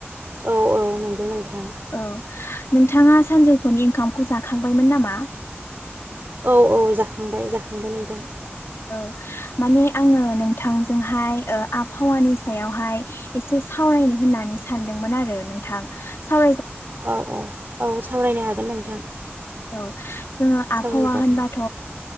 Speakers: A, on the right (about 50°); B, on the left (about 75°).
A: औ औ नंगौ नोंथां।
B: औ नोंथाङा सानजौफुनि ओंखामखौ जाखांबायमोन नामा?
A: औ औ जाखांबाय जाखांबाय नोंथां।
B: औ माने आङो नोंथांजोंहाय आबहावानि सायावहाय एसे सावरायनो होननानै सानदोंमोन आरो नोंथां साव
A: औ औ औ सावरायनो हागोन नोंथां।
B: औ जोङो आबहावा
A: सावरायजागोन
B: होनबाथ'